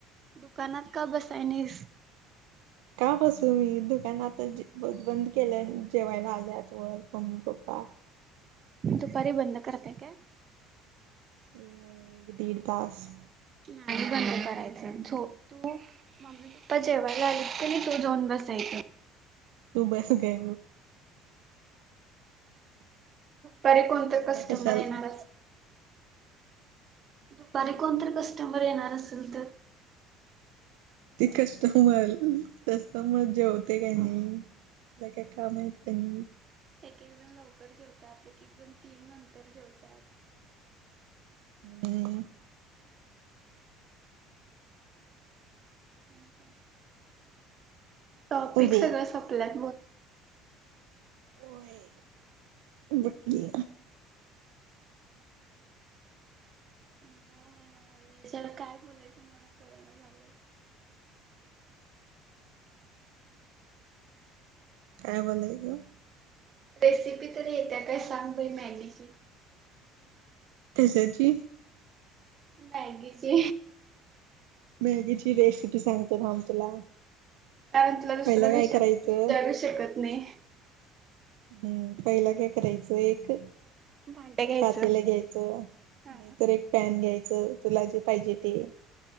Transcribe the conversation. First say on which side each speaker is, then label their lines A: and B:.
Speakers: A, on the right; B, on the right.
A: दुकानात का बसाय नीस.
B: का बसू मी दुकान आता ब बंद केलान जेवायला आल्यात. <unintelligible> Mummy papa.
A: दुपारी बंद करते काय
B: एक दीड तास.
A: नाही बंद करायचं झोप तू मम्मी पप्पा जेवायला आलेत कि नाही तु जाऊन बसायचं.
B: तू बस ग.
A: बरे कोणतं
B: मला
A: कस्टमर
B: कशाला
A: येणार अस दुपारी कोण तर कस्टमर येणार असेल तर?
B: ते कस्टमर कस्टमर जेवते का नाही. ला काय कामं आहेत कि नाही.
A: एक एक जण लवकर जेवतात एक एक जण तीन नंतर जेवतात.
B: हम्म
A: आणि काय टॉपिक
B: अरे
A: सगळं सोपल्यात.
B: होय बाकी
A: कंटाळा आलाय मला यार काय बोलू. <unintelligible>
B: काय बोलायलो
A: रेसिपी तर येत्या काय सांग बई मॅगीची
B: कशाची
A: मॅगी चे
B: मॅगीची रेसिपी सांगते थांब तुला
A: टनथला दुसर
B: पहिला काय
A: विषय
B: करायचं
A: विचारू शकत नाही
B: हम्म पहिला काय करायचं एक
A: भांडं घ्यायचं.
B: पातेला घ्यायचं
A: हा
B: तर एक पैन घ्यायचं तुला जे पाहिजे ते